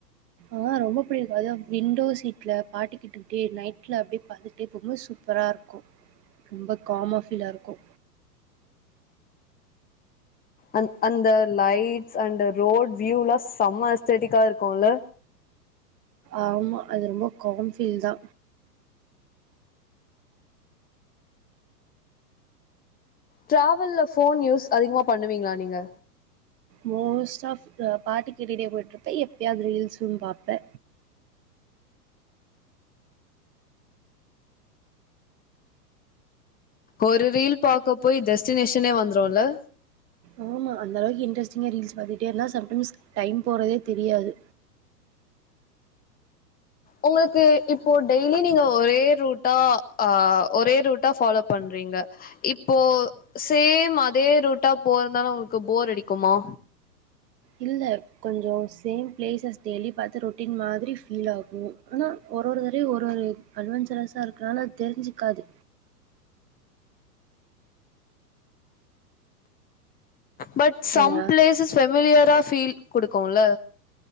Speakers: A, on the right; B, on the left.
A: ஆ ரொம்ப பிடிக்கு அதுவு விண்டோ சீட்ல பாட்டிக்கிட்டுட்டே நைட்ல அப்டியே பாத்துட்டே போம்போது சூப்பராருக்கு ரொம்ப காமா ஃபீலாருக்கு
B: அந் அந்த லைட்ஸ் அந்த ரோட் வியூலா செம எஸ்தட்டிக்கா இருக்குல்ல
A: ஆமா அது ரொம்ப காம் ஃபீல் தா
B: டிராவல்ல ஃபோன் யூஸ் அதிகமா பண்ணுவீங்களா நீங்க
A: மோஸ்ட் ஆஃப் அ பாட்டு கேட்டிட்டே போயிட்டுருப்பே எப்பயாது ரீல்ஸும் பாப்பே
B: ஒரு ரீல் பாக்க போய் டெஸ்டினேஷனே வந்துருல்ல
A: ஆமா அந்த அளவுக்கு இன்ட்ரெஸ்டிங்கா ரீல்ஸ் பாத்துட்டே இருந்தா சம்டைம்ஸ் டைம் போறதே தெரியாது
B: உங்களுக்கு இப்போ டெய்லி நீங்க ஒரே ரூட்டா அ ஒரே ரூட்டா ஃபாலோ பண்றீங்க இப்போ சேம் அதே ரூட்டா போறதுனால உங்களுக்கு போர் அடிக்குமா
A: இல்ல கொஞ்சோ சேம் பிளேசஸ் டெய்லி பாத்து ரொட்டீன் மாதிரி ஃபீலாகு ஆனா ஒரு ஒரு தரவையு ஒரு ஒரு அட்வென்ச்சரெஸரா இருக்கனால அது தெரிஞ்சுக்காது
B: பட் சம்
A: அ
B: பிளேசஸ் ஃபெமிலியரா ஃபீல் குடுக்குல்ல